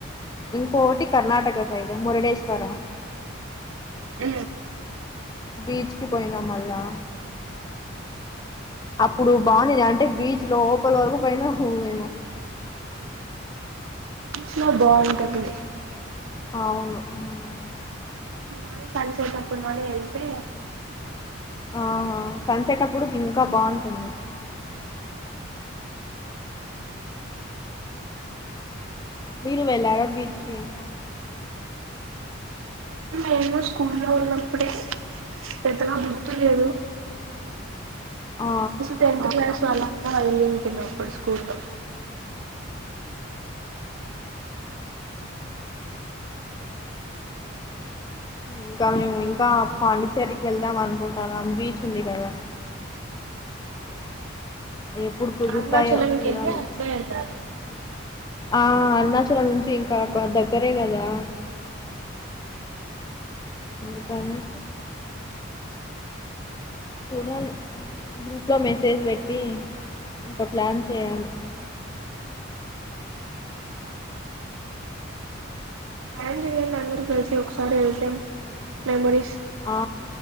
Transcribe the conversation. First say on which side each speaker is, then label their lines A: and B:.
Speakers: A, on the left; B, on the right.
A: ఇంకోకటి కర్ణాటక సైడ్ మురడేశ్వరం
B: ఊ
A: బీచ్కి పోయినా మళ్ళా అప్పుడు బాగుంది అంటే బీచ్ లో పలి వరకు పోనాము మేము
B: చాల బాగుంటది
A: అవును
B: <unintelligible> సన్సేటప్పుడు మళ్ళ వెళ్తే
A: ఆ సన్సెట్ అప్పుడు ఇంకా బాగుంటుంది మీరు వెేళ్ళారా బీచ్ కి
B: <unintelligible> స్కూల్లో ఉన్నప్పుడే పెద్దగా గుర్తు లేదు
A: ఆ
B: టెన్త్ క్లాస్ వాళ్ళంతా వెళ్ళింటిమి స్కూల్ లో
A: ఇంకా మేము ఇంకా పాండిచ్చేరికి వెళ్దాం అనుకుంటాను బీచ్ ఉంది కదా ఎప్పుడు కుదురుతాయో
B: అరుణాచలంకి
A: చూడాలి
B: వెళ్ళి అట్లే వెళ్ళాలి
A: ఆ అరుణాచలం నుంచి ఇంకా దగ్గరే కదా ఎందుకని చూడాలి గ్రూప్ లో మెసేజ్ పెట్టి ఇంకా ప్లాన్ చేయాలి
B: ప్లాన్ చేయండి అందరు ఒకసారి అతే మెమోరీస్
A: ఆ